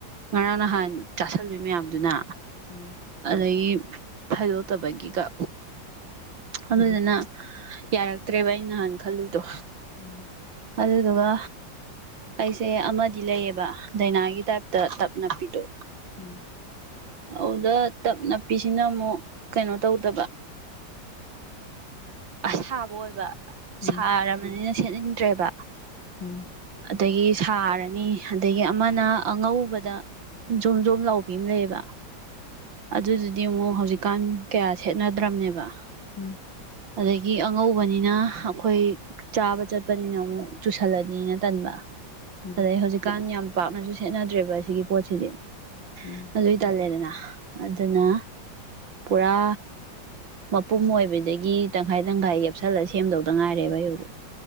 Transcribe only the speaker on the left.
ꯎꯝ
ꯎꯝ
ꯎꯝ
ꯎꯝ
ꯎꯝ
ꯎꯝ ꯎꯝ
ꯎꯝ
ꯎꯝ
ꯎꯝ